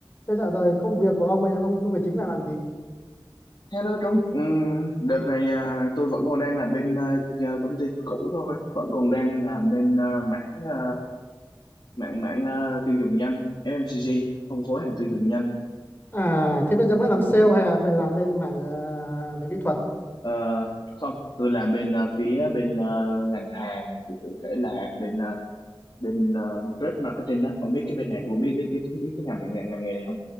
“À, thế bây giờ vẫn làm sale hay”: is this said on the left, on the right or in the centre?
Left